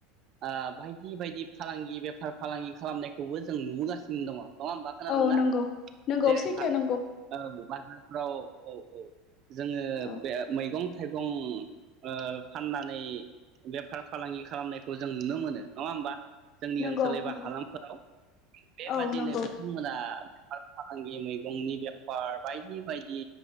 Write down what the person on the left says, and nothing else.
औ नंगौ नंगौ
सैथो नंगौ
औ
नंगौ
नंगौ
औ नंगौ